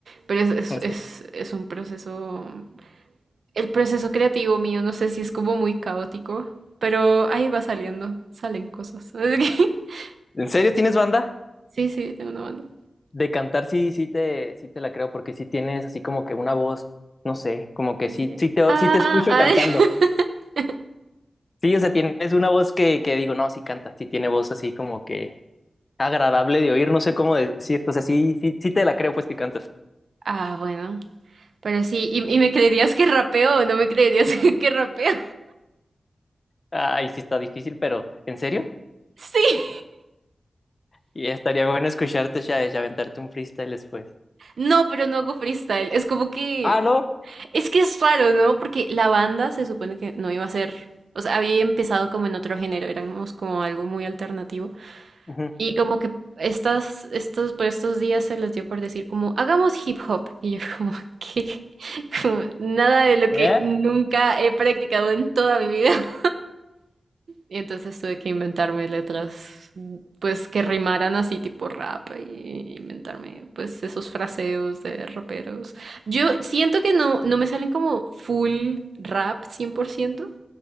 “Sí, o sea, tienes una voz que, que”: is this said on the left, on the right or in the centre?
Left